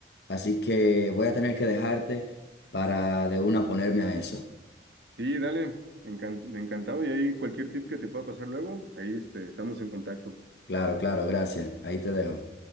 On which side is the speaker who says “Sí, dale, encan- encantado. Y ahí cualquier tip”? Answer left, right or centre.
Right